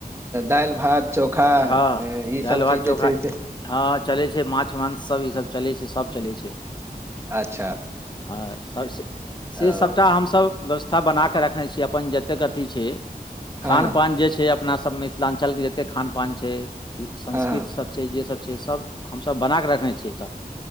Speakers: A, on the right; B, on the left.
A: दाइल भात चोखा
B: हँ
A: ई
B: दालि
A: सब
B: भात
A: चीज
B: चोखा
A: जे छै से
B: हँ चलै छै माछ मांससभ ईसभ चलै छै सभ चलै छै
A: अच्छा
B: हँ सब से से
A: ओ
B: सबटा हमसभ व्यवस्था बनाक रखने छी अपन जतेक अथी छै
A: हँ
B: खान
A: हँ
B: पान जे छै अपना सब मिथिलाञ्चलके जतेक खानपान छै संस्कृति
A: हँ हँ
B: सब छै जे सब छै सब हमसभ बना कऽ रखने छियै तऽ